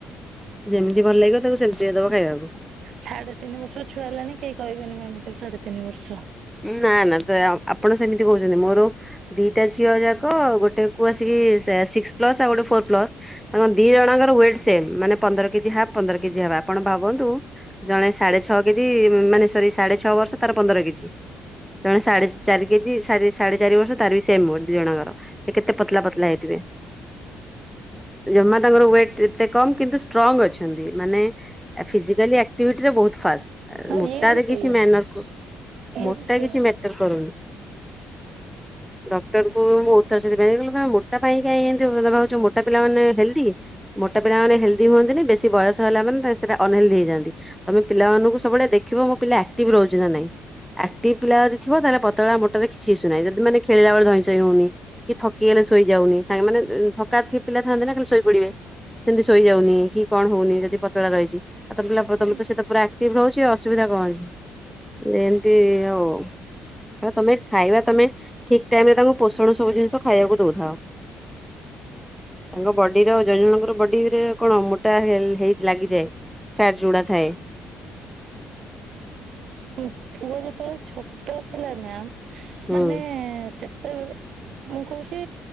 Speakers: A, in the centre; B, on the right (about 65°).
A: ଯେମିତି ଭଲ ଲାଗିବ ତାକୁ ସେମିତିଆ ଦବ ଖାଇବାକୁ।
B: ସାଢେ ତିନି ବର୍ଷର ଛୁଆ ହେଲାଣି କେହି କହିବେନି ମମୀ ଟାକୁ ସାଢେ ତିନି ବର୍ଷ।
A: ନା ନା ତ ଆ ଆପଣ ସେମିତି କହୁଚନ୍ତି ମୋର ଦିଟା ଝିଅ ଯାକ ଆଉ ଗୋଟେ ପୁଅ ଆସିକି ସିକ୍ସ ପ୍ଲସ୍ ଆଉ ଗୋଟେ ଫୋର୍ ପ୍ଲସ୍ ତାଙ୍କ ଦି ଜଣଙ୍କର ୱେଟ୍ ସେମେ ମାନେ ପନ୍ଦର କେଜି ହାପ୍ ପନ୍ଦର କେଜି ହାପ୍। ଆପଣ ଭାବନ୍ତୁ ଜଣେ ସାଢେ ଛଅ କେଜି ମାନେ ସରି ସାଢେ ଛଅ ବର୍ଷ ତାର ପନ୍ଦର କେଜି ଜଣେ ସାଢେ ଚାରି କେଜି ସାରି ସାଢେ ଚାରି ବର୍ଷ ତାର ବି ସେମ ୱେଟ ଦି ଜଣଙ୍କର। ସେ କେତେ ପତ୍ଲା ପତ୍ଲା ହେଇଥିବେ। ଜମା ତାଙ୍କର ୱେଟ୍ ଯେତେ କମ କିନ୍ତୁ ଷ୍ଟ୍ରଙ୍ଗ ଅଛନ୍ତି ମାନେ ଆ ଫିଜିକାଲି ଆକ୍ଟିଭିଟିରେ ବୋହୁତ ଫାଷ୍ଟ ଆ
B: ହଁ
A: ମୋଟାରେ
B: ଇଏ ବି ସେଇଆ
A: କିଛି ମ୍ୟାନର କ
B: ଇଏ
A: ମୋଟା
B: ବି ସେଇଆ।
A: କିଛି ମ୍ୟାଟର କରୁନି। ଡକ୍ଟରଙ୍କୁ ମୁଁ ଓଉତ ଥର ସେଥିପାଇଁ କଲେ ନାଁ ମୋଟା ପାଇଁ କାଇଁ ଏମତି <unintelligible> ତମେ କଁ ଭାବୁଛ ମୋଟା ପିଲାମାନେ ହେଲ୍ଦି? ମୋଟା ପିଲା ମାନେ ହେଲ୍ଦି ହୁଅନ୍ତିନି ବେଶୀ ବୟସ ହେଲା ମାନେ ତା ସେଟା ଅନହେଲ୍ଦି ହେଇଯାନ୍ତି। ତମେ ପିଲାମାନଙ୍କୁ ସବୁବେଳେ ଦେଖିବ ମୋ ପିଲା ଆକ୍ଟିଭ ରହୁଛି ନା ନାଇଁ। ଆକ୍ଟିଭ୍ ପିଲା ଯଦି ଥିବ ତାହେଲେ ପତଳା ମୋଟାରେ କିଛି ଇସୁ ନାହିଁ ଯଦି ମାନେ ଖେଳିଲା ବେଳେ ଧଇଁସଇଁ ହଉନି। କି ଥକି ଗଲେ ଶୋଇଯାଉନି ସାଙ୍ଗେ ମାନେ ଉଁ ଥକାର୍ଥି ପିଲା ଥାନ୍ତି ନା ଖାଲି ଶୋଇପଡିବେ। ସେମିତି ଶୋଇଯାଉନି କି କଣ ହୋଉନି ଯଦି ପତଳା ରହିଛି ଆଉ ତମ ପିଲା ତମ
B: ପୁଅ
A: ତ ସେତ ପୁରା ଆକ୍ଟିଭ ରହୁଛି ଅସୁବିଧା କଁ ଅଛି ଏମିତି ହଉ ହ ତମେ ଖାଇବା ତମେ ଠିକ ଟାଇମରେ ତାଙ୍କୁ ପୋଷଣ ସବୁ ଜିନିଷ ଖାଇବାକୁ ଦୋଉଥାଅ। ତାଙ୍କ ବଡିର ଜଣ ଜଣଙ୍କର ବଡି ରେ କଣ ମୋଟା ହେଲ୍ ହେଇ ଲାଗିଯାଏ। ଫ୍ୟାଟ ଯୋଉଡ଼ା ଥାଏ।
B: ପୁଅ ଯେତଳେ ଛୋଟ ଥିଲା ନା
A: ହୁଁ
B: ମାନେ-ଏ ସେ ତେବେଳେ ମୁଁ କହୁଛି